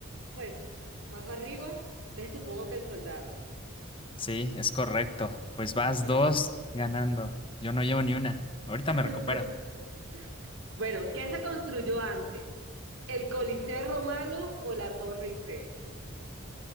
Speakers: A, on the right; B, on the left.
A: pues, más arriba, entonces supongo que el soldado.
B: Sí, es correcto. Pues vas
A: Eso.
B: dos ganando. Yo no llevo ni una. Ahorita me
A: <laughs>
B: recupero.
A: Bueno, ¿qué se construyó antes? ¿El Coliseo Romano o la Torre Eiffel?